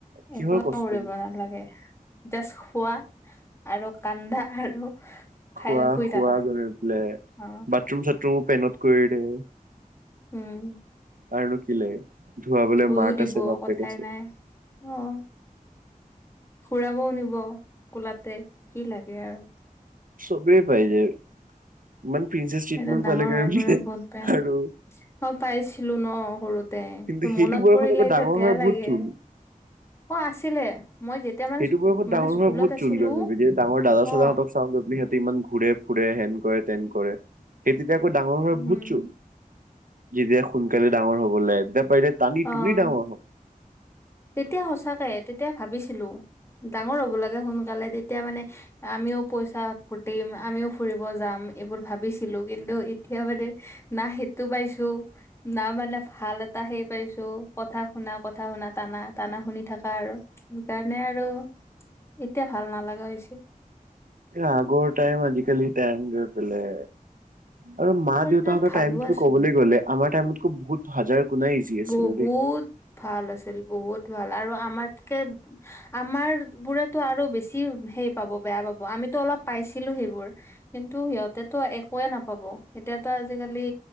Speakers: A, on the right (about 70°); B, on the left (about 20°).
A: কিহৰ
B: একো
A: কষ্টনো
B: কৰিব নালাগে, জাষ্ট খোৱা আৰু কান্দা আৰু খাই
A: খোৱা
B: শুই
A: খোৱা
B: থাকা
A: গৈ পেলে,
B: অ'
A: বাথৰুম চাথৰুমো পেনত কৰি দে।
B: উম।
A: আৰুনো কি লাগে, ধুৱাবলে
B: ধুইও
A: মাক
B: দিব
A: আছে, বাপেক
B: কথাই
A: আছে।
B: নাই অ' ফুৰাবও নিব কোলাতে কি লাগে আৰু।
A: চবেই পাই যায়, ইমান প্ৰিন্সেছ ট্ৰিটমেণ্ট
B: সেইটো ডাঙৰ
A: পালে
B: হোৱাৰ পৰা বহুত বেয়া
A: আৰু
B: অ' পাইছিলোঁ ন' সৰুতে,
A: কিন্তু
B: মনত
A: সেইটো বয়সত
B: পৰিলে
A: আকৌ
B: এতিয়া
A: ডাঙৰ
B: বেয়া
A: হয়
B: লাগে।
A: বহুত জোল
B: অ' আছিলে। মই যেতিয়া মানে
A: এইটো বয়সত
B: মানে
A: ডাঙৰ
B: স্কুলত
A: হোৱা বহুত
B: আছিলো
A: জল্দি হয়, ডাঙৰ দাদ
B: অ
A: চাদাহতক চাওঁক গৈ পেলাই সিহঁত ইমান ঘুৰে ফুৰে, হেন কৰে তেন কৰে, সেই তেতিয়া আকৌ ডাঙৰ হৈ
B: উম
A: বুজছোঁ যেতিয়া সোনকালে ডাঙৰ হ'বলে, তেতিয়া পাৰিলে টানি
B: অ
A: টোনি ডাঙৰ হ'ব।
B: তেতিয়া সঁচাকে, তেতিয়া ভাবিছিলোঁ। ডাঙৰ হ'ব লাগে সোনকালে তেতিয়া মানে আমিও পইচা ফুটিম, আমিও ফুৰিব যাম এইবোৰ ভাবিছিলোঁ কিন্তু এতিয়া মানে না সেইটো পাইছোঁ না মানে ভাল তা সেই পাইছোঁ কথা শুনা, কথা শুনা টানা, টানা শুনি থাকা আৰু। সেইকাৰণে আৰু এতিয়া ভাল নালাগা হৈছে।
A: আগৰ টাইম, আজিকালি টাইম গৈ পেলাই আৰু মা
B: আগৰ
A: দেউতাহঁতৰ
B: দিনত ভালো
A: টাইমতো
B: আছিল
A: ক'বলৈ গ'লে আমাৰ টাইমতকৈ বহুত হাজাৰ গুণা ইজি আছিলে
B: বহুত
A: দেই
B: ভাল, আছিল বহুত ভাল আৰু আমাতকে আমাৰবোৰেতো আৰু বেছি হেই পাব বেয়া পাব, আমিতো অলপ পাইছিলোঁ সেইবোৰ। কিন্তু সিহঁতেতো একোৱে নাপাব, এতিয়াতো আজিকালি